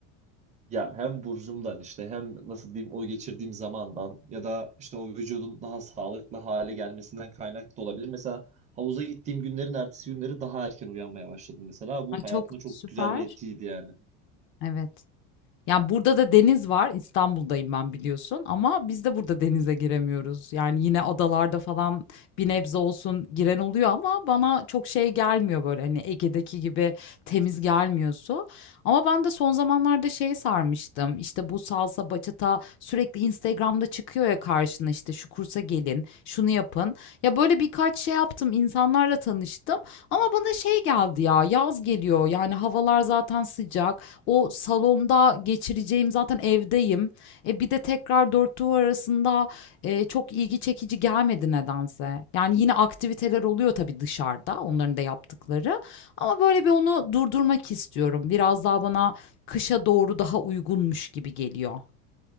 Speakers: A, on the right (about 20°); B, on the left (about 40°).
A: Ya hem burcumdan işte hem nasıl diyeyim o geçirdiğim zamandan ya da işte o vücudun daha sağlıklı hale gelmesinden kaynaklı da olabilir. Mesela havuza gittiğim günlerin ertesi günleri daha erken uyanmaya başladım mesela.
B: <laughs>
A: Bu
B: Ay,
A: hayatıma
B: çok
A: çok
B: süper.
A: güzel bir etkiydi yani.
B: Evet. Yani burada da deniz var. İstanbul'dayım ben biliyorsun ama biz de burada denize giremiyoruz. Yani yine adalarda falan bir nebze olsun giren oluyor ama bana çok şey gelmiyor böyle hani Ege'deki gibi temiz gelmiyor su. Ama ben de son zamanlarda şey sarmıştım. İşte bu salsa, bachata sürekli Instagram'da çıkıyor ya karşına işte şu kursa gelin, şunu yapın. Ya böyle birkaç şey yaptım, insanlarla tanıştım ama bana şey geldi ya yaz geliyor. Yani havalar zaten sıcak. O salonda geçireceğim zaten evdeyim. E bir de tekrar dört duvar arasında e, çok ilgi çekici gelmedi nedense. Yani yine aktiviteler oluyor tabii dışarıda onların da yaptıkları. Ama böyle bir onu durdurmak istiyorum. Biraz daha bana kışa doğru daha uygunmuş gibi geliyor.